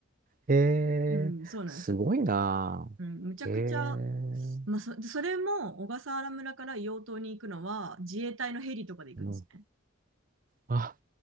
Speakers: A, on the right (about 40°); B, on the right (about 70°).
A: え
B: うん、
A: えすごいな
B: そうなんですよ。うん、むちゃくちゃ、
A: ぁ。ええ
B: まあ、そそれも小笠原村から硫黄島に行くのは自衛隊のヘリとかで行くんですね。
A: うん。あ、